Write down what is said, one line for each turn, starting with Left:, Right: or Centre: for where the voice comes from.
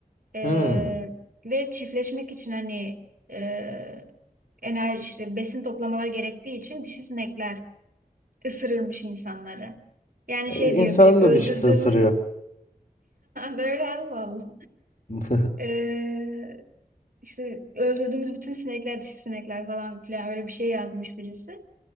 Right: E,
Left: Hmm.
Right: ve çiftleşmek için hani e, enerji işte besin toplamalar gerektiği için dişi sinekler ısırırmış insanları. Yani
Left: E,
Right: şey
Left: İnsanın
Right: diyor biri öldürdüğüm
Left: da dişisi ısırıyor.
Right: <laughs> böyle Allah Allah.
Left: <laughs>
Right: Ee, işte öldürdüğümüz bütün sinekler dişi sinekler falan filan öyle bir şey yazmış birisi.